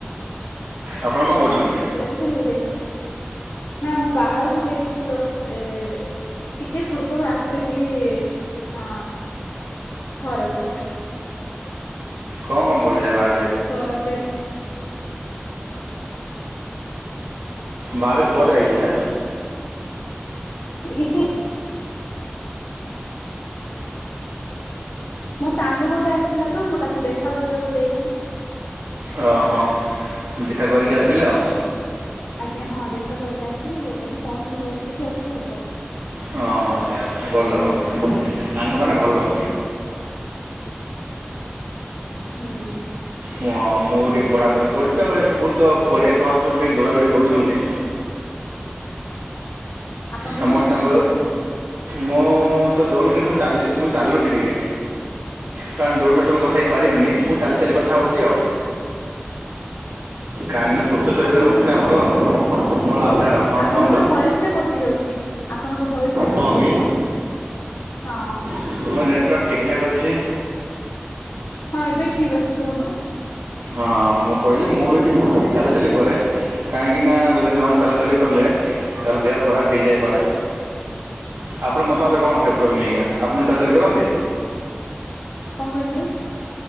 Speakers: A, on the right; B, on the left.
A: ଆପଣ କଣ କରୁଛନ୍ତି?
B: ବୁଲାବୁଲି କରିବାକୁ ଯାଇଛନ୍ତି। ନା ମୁଁ ବାହାରକୁ ଯାଇଥିଲି ତ ସେ ଟିକେ ପୂର୍ବରୁ ଆସିଲି ଅ ଘରକୁ।
A: କଣ କଣ କଲେ ଯାଇ ବାହା
B: ତ ଏବେ
A: ବାହାରେ କୁଆଡେ ଯାଇଥିଲେ?
B: ଏ କିଛି ମୋ ସାଙ୍ଗ ଗୋଟେ ଆସିଥିଲା ତ ମୁଁ ତାକୁ ଦେଖା କରିବାକୁ ଯାଇଥିଲି।
A: ଅ ହ ଦେଖା କରିକି ଆସିଲେ ଆଉ।
B: ଆଜ୍ଞା ହଁ ଦେଖା କରିକି ଆସିଲି ଆଉ ଏବେ ପହଞ୍ଚିଲି ଆସିକି ଅଛି ଆଉ କଥା
A: ହଁ-ହଁ ସେୟା ସେୟା ଭଲ ଭଲ ସାଙ୍ଗମାନେ ଭଲ।
B: ହୁଁ।
A: ମୁଁ-ମୁଁ ବି ଟିକେ ଏଢ଼ାପଢ଼ି କରୁଛି ଆଉ ଏ ସବୁ ତ ପଡ଼ିଆ ରେ ସବୁ ଟିକେ ଦୌଡ଼ାଦୌଡ଼ି କରୁଛନ୍ତି।
B: ଆପଣ
A: ସମସ୍ତଙ୍କୁ
B: ବି ଦୌଡୁଛନ୍ତି ନା କଣ
A: ମୁଁ ତ ଦୌଡ଼ୁନି ମୁଁ ଚାଲି ମୁଁ ଚାଲୁଛି ଟିକେ। କାରଣ ଦୌଡ଼ି-ଦୌଡି ତ ମୁଁ କଥା ହୋଇପାରିବିନି, ମୁଁ ଚାଲି ଚାଲି କଥା ହେଉଛି ଆଉ। କାହିଁକିନା ସୁସ୍ଥ ଶରୀର
B: ଆପଣଙ୍କର
A: ହେଉଛି ଆମର ମୂଳ ଆଧାର ହଁ
B: ଆପଣଙ୍କର
A: କୁହନ୍ତୁ
B: ଭଏସ୍ ଟା ଗୋ କଟି ଯାଉଛି ଆପଣଙ୍କ ଭଏସଟା କଟିଯାଉଛି
A: ହଁ କି
B: ହଁ।
A: ମୋର ନେଟୱାର୍କ ଠିକ୍ଠାକ୍ ଅଛି।
B: ହଁ ଏବେ ଠିକ୍ ଅଛି କୁହନ୍ତୁ।
A: ହଁ ମୁଁ କହିଲି ମୁଁ ଏଠି ମୁଁ ବି ଟିକେ ଚାଲାଚଲି କରେ। କାହିଁକିନା ଯଦି ନ ଚାଲାଚଲି କଲେ ତାହେଲେ ଦେହ ଖରାପ ହେଇଯାଇପାରେ। ଆପଣଙ୍କ ମତା ମତ କଣ ଆସେ ଉପରକୁ ନେଇକିନା ଆପଣ ଚଲାଚଲି କରନ୍ତି?
B: କଣ କହିଲେ